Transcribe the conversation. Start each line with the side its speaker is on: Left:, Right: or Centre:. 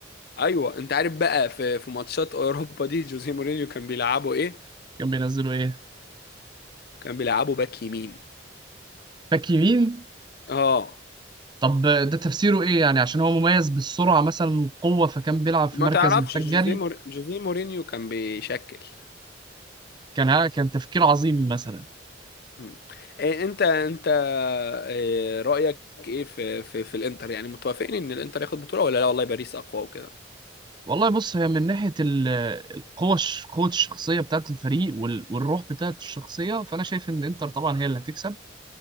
Left: ايوه انت عارف بقى في في ماتشات اوروبا دي جوزيه مورينيو كان بيلعبه ايه
Right: كانوا بينزلوا ايه
Left: كان بيلعبه باك يمين
Right: باك يمين
Left: اه
Right: طب ده تفسيره ايه يعني عشان هو مميز بالسرعه مثلا والقوه فكان بيلعب في
Left: ما
Right: مركز
Left: تعرفش
Right: محتاج
Left: جوزيه
Right: جري
Left: مور... جوزيه مورينيو كان بيشكل
Right: كان كان تفكير عظيم مثلا
Left: مم. إيه انت انت إيه رأيك ايه في في في الانتر يعني متوافقين ان الانتر ياخد بطولة ولا لا والله باريس اقوى وكده
Right: والله بص هي من ناحيه ال- القوه الش- قوه الشخصيه بتاعت الفريق وال- والروح بتاعت الشخصيه فانا شايف ان انتر طبعا هي اللي هتكسب